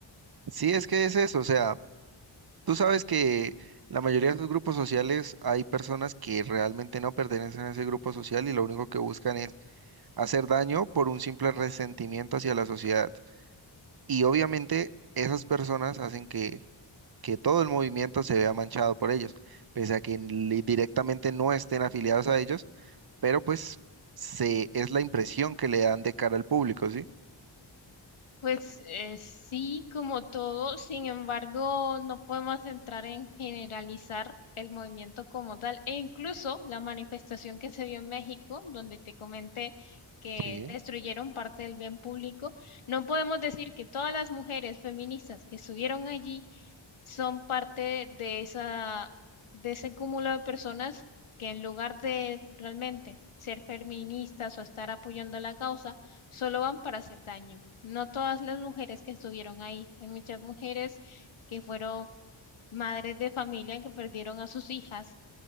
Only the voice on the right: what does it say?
Sí, es que es eso, o sea. Tú sabes que la mayoría de los grupos sociales hay personas que realmente no pertenecen a ese grupo social y lo único que buscan es hacer daño por un simple resentimiento hacia la sociedad. Y obviamente esas personas hacen que, que todo el movimiento se vea manchado por ellos, pese a que li- directamente no estén afiliados a ellos, pero pues se, es la impresión que le dan de cara al público, ¿sí?
Sí,